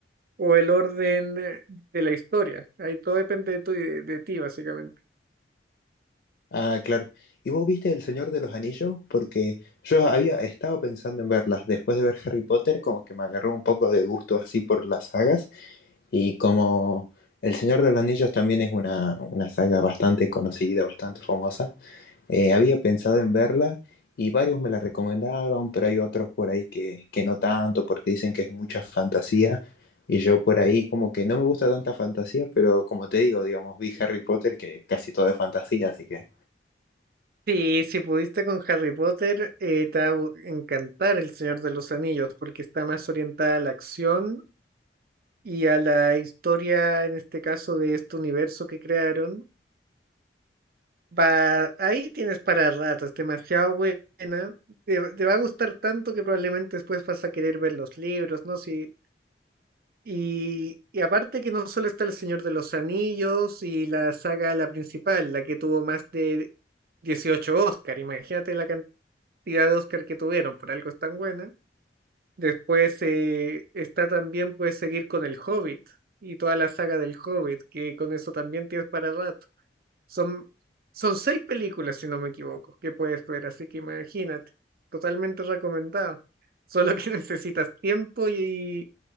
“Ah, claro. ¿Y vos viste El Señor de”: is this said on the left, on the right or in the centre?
Left